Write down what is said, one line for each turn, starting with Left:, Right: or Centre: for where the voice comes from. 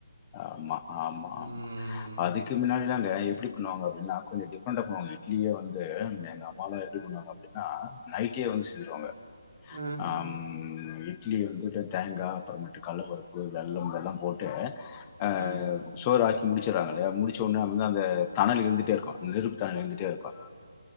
Left: ஆமா ஆமா
Right: ம்.
Left: ஆமா அதுக்கு முன்னாடிலா எப்படி பண்ணுவாங்க அப்படின்னா கொஞ்சம் டிஃப்ரெண்டா பண்ணுவாங்க இட்லியே வந்து எங்க அம்மாலாம் எப்படி பண்ணுவாங்க அப்படின்னா நைட்டே வந்து செஞ்சருவாங்க
Right: அ,
Left: ஆம் இட்லி வந்துட்டு தேங்காய் அப்புறமட்டு கடலப்பருப்பு வெள்ளம் இதெல்லாம் போட்டு அஹ்
Right: அ,
Left: சோராக்கி முடிச்சறாங்கலா இல்லையா முடிச்ச உடனே வந்து அந்த தனல் இருந்துகிட்டே இருக்கும் நெருப்பு தனல் இருந்துகிட்டே இருக்கும்